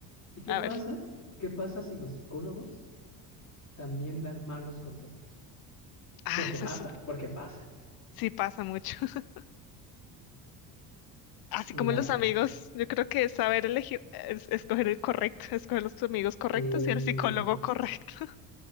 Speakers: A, on the left (about 35°); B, on the left (about 50°).
A: ¿Y qué
B: A
A: pasa?
B: ver.
A: ¿Qué pasa si los psicólogos también dan malos consejos?
B: Ah,
A: Porque
B: eso,
A: pasa,
B: es-
A: porque pasa.
B: sí pasa mucho. <laughs> Así
A: Mira,
B: como los amigos, yo creo que es saber elegir, es- escoger el correcto, escoger los amigos correctos
A: eh,
B: y el psicólogo correcto. <laughs>